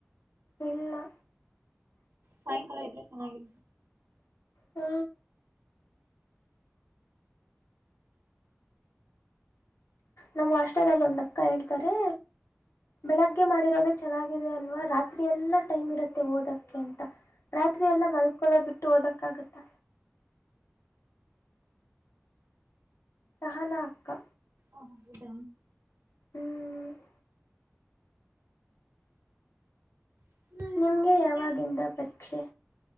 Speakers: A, on the left; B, on the right.
A: ಇಲ್ಲಾ.
B: ಸಾಯಂಕಾಲ ಇದ್ರೆ ಚೆನ್ನಾಗಿ
A: ಹ್ಮ್ ನಮ್ಮ್ ಹಾಸ್ಟೆಲ್ ಅಲ್ಲಿ ಒಂದ ಅಕ್ಕ ಹೇಳ್ತಾರೆ ಬೆಳಗ್ಗೆ ಮಾಡಿರೋದ ಚೆನ್ನಾಗಿದೆ ಅಲ್ವಾ ರಾತ್ರಿಯೆಲ್ಲ ಟೈಮ್ ಇರುತ್ತೆ ಓದಕ್ಕೆ ಅಂತ ರಾತ್ರಿ ಎಲ್ಲ ಮಲ್ಕೊಳ್ಳೋ ಬಿಟ್ಟು ಓದಕ್ಕಾಗುತ್ತಾ ಸಹನಾ ಅಕ್ಕಾ
B: ಹ್ಮ್ ಹೌದ
A: ಹ್ಮ್
B: ಹ್ಮ್
A: ನಿಮಗೆ
B: ಮತ್ತೆ
A: ಯಾವಾಗಿಂದ ಪರೀಕ್ಷೆ